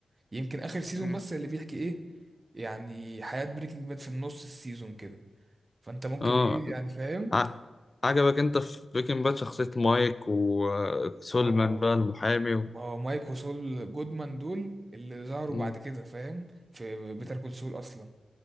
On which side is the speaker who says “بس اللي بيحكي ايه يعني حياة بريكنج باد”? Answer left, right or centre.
Right